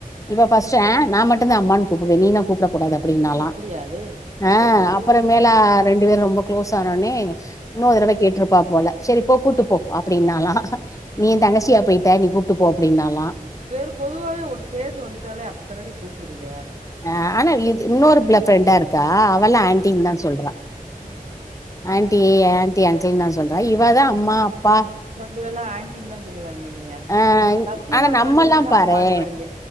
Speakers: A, on the left (about 20°); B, on the right (about 50°).
A: இவ ஃபஸ்ட்டு ஆ நா மட் டுந்தா அம்மான் கூப்டுவே நீலா கூப்புட கூடாது அப்டின்னாலா
B: இது எப்டி ஆளு நீ
A: ஆ
B: வெத்தது
A: அப்பறமேலா
B: ஆ
A: ரெண்டு பேர் ரொம்ப க்ளோஸ் ஆனோனே இன்னோர்
B: ஆ
A: தடவ கேட்ருப்பா போல செரிப்போ கூட்டு போ அப்புடின்னாலா
B: ம் ம்
A: நீ எ தங்கச்சியா போய் ட்ட நீ கூ ப்ட்டு போ அப்பிடின்னாலா
B: வேறு பொதுவாவே ஒரு ஸ்டேஜு வந்துட்டாலே அப்டி தானடி கூப்டுதுக
A: ஆ ஆனா இது இன்னோரு புள ஃப்ரெண்டா இரு க்கா அவளா ஆன்ட்டின்
B: ஆ
A: தா சொல்றா
B: ம்
A: ஆன் ட்டி ஆன்ட்டி அங்கிள் தா சொல் றா இவதா அம்மா அப்பா
B: டுகல்லா ஆன்டின் தா சொல்லுவாய்ங்க என்னைய
A: ஆ
B: சச்சினோட
A: ஆனா
B: ஃப்ரெண்டுக
A: நம்மல்லா
B: ஃபுல்லா
A: பாரே
B: அம்மான்னுவாய்ங்க